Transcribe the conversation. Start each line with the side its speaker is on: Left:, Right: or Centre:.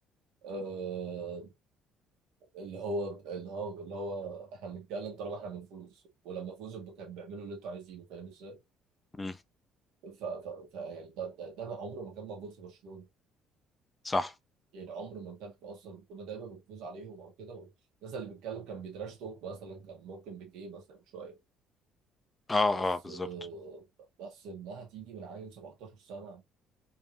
Right: آه اللي هو اللي هو اللي هو احنا بنتكلم طالما احنا بنفوز ولما فوزوا ب- كانوا بيعملوا اللي انتوا عايزينه فاهم ازاي؟
Left: م.
Right: ف ف ف يعني ده ده, ده ما عمره ما كان موجود في برشلونه
Left: صح
Right: يعني عمره ما كان اصلا كنا دايما بنفوز عليهم او كده الناس اللي بيتكلم كان بيتراش توك مثلا كان ممكن بيكيه مثلا شويه
Left: اه
Right: بس
Left: اه بالظبط
Right: آه، بس انها تيجي من عيل 17 سنه